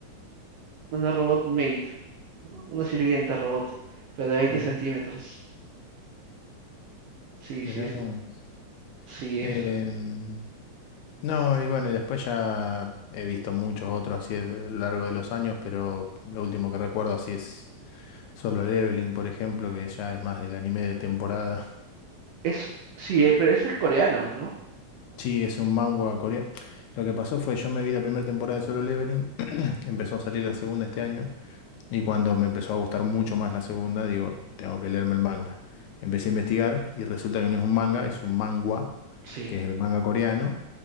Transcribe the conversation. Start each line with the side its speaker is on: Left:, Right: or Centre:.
Right: una robot maid, ¿no? Una sirvienta robot, pero de veinte
Left: Mirá,
Right: centímetros. Sí,
Left: mirá
Right: sí, es-
Left: vos.
Right: sí, es.
Left: Em, no, y bueno, y después ya he visto muchos otros así a lo largo de los años, pero lo último que recuerdo así es Solo Leveling, por ejemplo, que ya es más del anime de temporada. <laughs>
Right: Es, sí, eh, pero ese es coreano, ¿no?
Left: Sí, es un manga coreano. Lo que pasó fue, yo me vi la primera temporada de Solo Leveling, <clears throat> empezó a salir la segunda este año. Y cuando me empezó a gustar mucho más la segunda, digo, tengo que leerme el manga. Empecé a investigar y resulta que no es un manga, es un manhwa,
Right: Mm, Sí,
Left: que es el manga coreano,